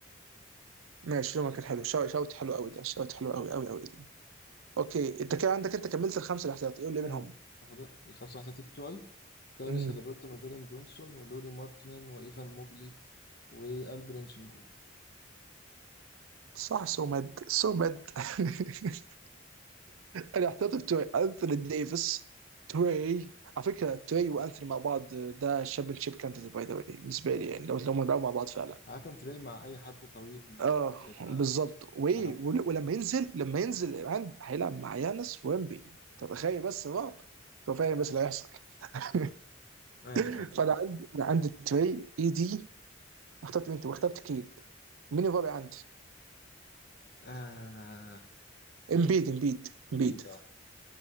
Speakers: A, on the right (about 80°); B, on the left (about 50°).
A: <laughs> ماشي يومك كان حلو شو- شوت حلو قوي ده شوت حلو قوي قوي قوي دي اوكي انت كده عندك انت كملت الخمسه الاحتياطي قول لي
B: امم
A: مين هم
B: فاضل الخمسة احتياطي بتوعي تايريس
A: امم
B: هاليبرتون وجولين برونسون ولوري ماركنن وايفان موبلي والبرين شنجون
A: صح سومد سومد <laughs> انا احترت توي انثوني ديفيس توي على فكره توي وانثوني مع بعض ده شيب كانت باي ذا واي بالنسبه لي يعني لو لو هم لعبوا مع بعض فعلا
B: عادة تلاقي مع اي حد طويل
A: اه
B: آه، هيبقى
A: بالظبط وي
B: حاجة مخ-
A: ول- ولما ينزل لما ينزل عند هيلعب مع يانس ويمبي طب تخيل بس رعب طب فاهم بس اللي هيحصل <laughs>
B: ماشي
A: فانا
B: ماشي
A: عندي أنا عندي تري اي دي اخترت مين انت؟ واخترت كيد مين الرابع عندي؟
B: آه
A: امبيد امبيد
B: امبيد
A: امبيد
B: اه